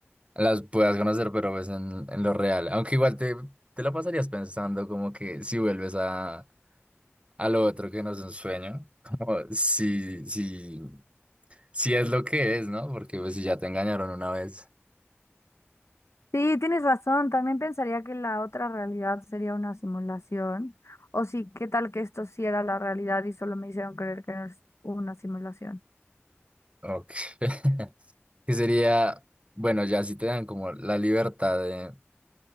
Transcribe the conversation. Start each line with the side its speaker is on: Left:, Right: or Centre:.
Right: las puedas conocer, pero pues en, en lo real. Aunque igual te, te la pasarías pensando como que si vuelves a, a lo otro que no es un sueño, <laughs> como si, si, si es lo que es, ¿no? Porque pues si ya te engañaron una vez,
Left: Sí, tienes razón. También pensaría que la otra realidad sería una simulación. O sí, ¿qué tal que esto sí era la realidad y solo me hicieron creer que no es una simulación?
Right: ok. <laughs> Que sería, bueno, ya si te dan como la libertad de,